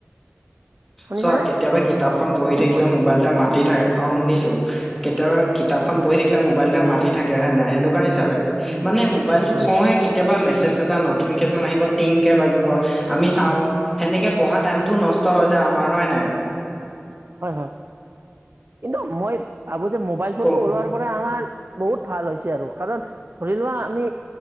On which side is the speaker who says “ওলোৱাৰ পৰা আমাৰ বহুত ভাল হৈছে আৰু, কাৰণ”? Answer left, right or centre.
Right